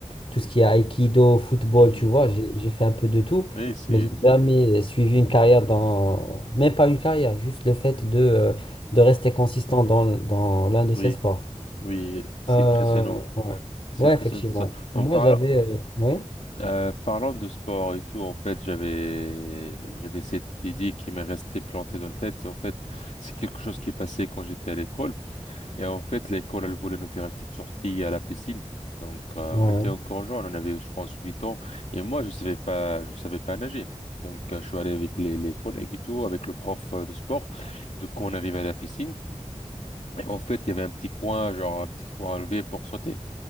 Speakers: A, on the left (about 50°); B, on the left (about 70°).
A: tout ce qui est aïkido, football,
B: mhm.
A: tu vois, j'ai j'ai fait un peu de tout,
B: Oui, c'est
A: mais j'ai jamais suivi une carrière dans, même pas une carrière, juste le fait de, euh, de rester consistant dans, dans l'un de ces
B: oui,
A: sports.
B: oui, c'est
A: Euh,
B: impressionnant,
A: ouais.
B: c'est
A: Ouais,
B: impressionnant
A: effectivement.
B: tout ça. En
A: Moi,
B: parlant,
A: j'avais. euh, Ouais,
B: euh, parlant de sport et tout, en fait, j'avais j'avais cette idée qui m'est restée plantée dans le tête. C'est- En fait, c'est quelque chose qui est passé quand j'étais à l'école. Et en fait, l'école, elle voulait nous faire une petite sortie à la piscine. Donc, euh,
A: ouais,
B: on était encore jeunes, on avait, je pense, 8 ans. Et moi, je savais pas, je savais pas nager. Donc, euh, je suis allé avec les, les collègues et tout, avec le prof euh, de sport. Donc, on arrive à la piscine. Et en fait, il y avait un petit coin, genre un petit coin à lever pour sauter